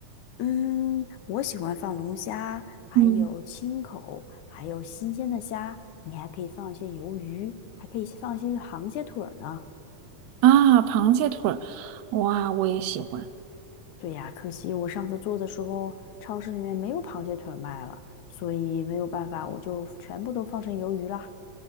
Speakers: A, on the left; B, on the right.
A: 嗯，我喜欢放龙虾，还有青口，
B: 嗯，
A: 还有新鲜的虾。你还可以放一些鱿鱼，还可以放一些螃蟹腿儿呢。
B: 啊，螃蟹腿儿，哇，我也喜欢。
A: 对呀，可惜我上次做的时候，超市里面没有螃蟹腿儿卖了，所以没有办法，我就全部都放成鱿鱼啦。